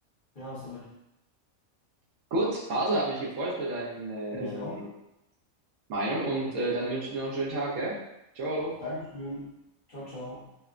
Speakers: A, on the left (about 40°); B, on the right (about 70°).
A: ja hast du recht.
B: Gut, also hat mich gefreut für deine
A: Mich
B: äh, ähm,
A: auch.
B: Meinung und äh, dann wünsche ich dir noch einen schönen Tag, gell? Ciao.
A: Dankeschön. Ciao, ciao.